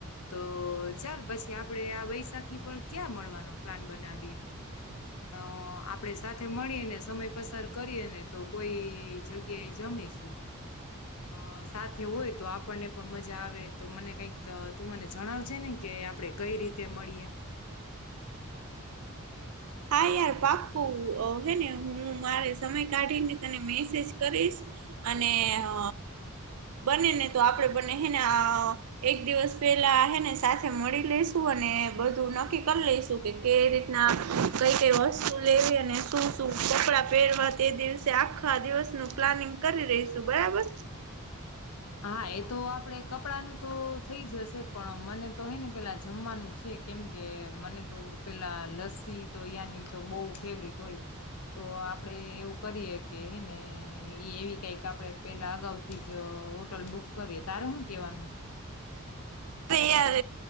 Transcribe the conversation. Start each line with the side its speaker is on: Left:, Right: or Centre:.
Left: તો ચાલ પછી આપણે આ વૈશાખી પર. ક્યા મળનો પ્લાન બનાવીએ આપણે સાથે મળીને સમય પસાર કરીએ ને તો કોઈ જગ્યાએ જમીશું. અ સાથે હોય તો આપણને પણ મજા આવે તો મને કઈક તું મને જણાવે ને કે કે આપડણે કઈ રીતે મળીએ?
Right: હા યાર પાકું હે ને હું મારે સમય કાઢી ને તને મેસેજ કરીશ. અને હ બને ને તો આપડે બને હેને એક દિવસ પેલા હેને સાથે મળી લેશું અને બધું નક્કી કરી લઈશું કે કેવી રીતના કઈ કઈ વસ્તુ લેવી અને શું શું કપડાં પહેરવા તે દિવસે આખા દિવસનું પ્લાનિંગ કરી રહીશું બરાબર.
Left: હા એ તો આપડે કપડા નું તો થઇ જશે પણ મને તો હે ને પેલા જમવાનું છે કેમ કે મને તો પેલા લસ્સી તો યાની તો બહુ ફેવરેટ હોય. તો આપડે એવું કરીએ કે હે ને ઈ એવી કઈ કે આપડે પેલા અગાઉથી જ હોટલ બુક કરીએ તારું શું કેવાનું.
Right: યાર